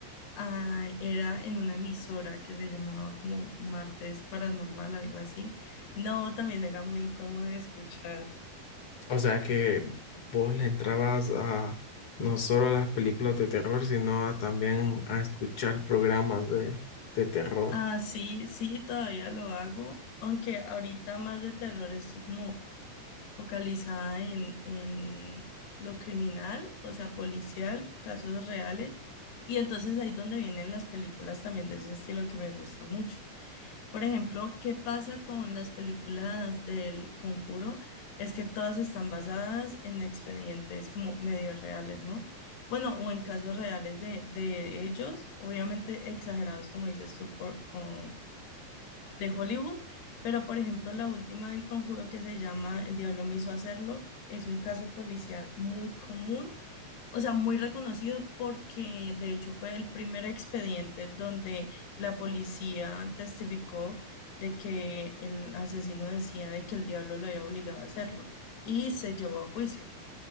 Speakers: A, on the left; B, on the left.
A: ah, era en una emisora que se llamaba como Martes Paranormal, algo así. No, también era muy incómodo de escuchar.
B: O sea que vos le entrabas a no solo a las películas de terror, sino a también a escuchar programas de, de terror.
A: Ah, sí, sí, todavía lo hago, aunque ahorita más de terror estoy como focalizada en, en lo criminal, o sea, policial, casos reales. Y entonces ahí donde vienen las películas también de ese estilo que me gusta mucho. Por ejemplo, ¿qué pasa con las películas del Conjuro? Es que todas están basadas en expedientes como medio reales, ¿no? Bueno, o en casos reales de, de ellos, obviamente exagerados, como dices tú, por, con, de Hollywood, pero por ejemplo la última del Conjuro que se llama El diablo me hizo hacerlo es un caso policial muy común, o sea, muy reconocido porque de hecho fue el primer expediente donde la policía testificó de que el asesino decía de que el diablo lo había obligado a hacerlo y se llevó a juicio.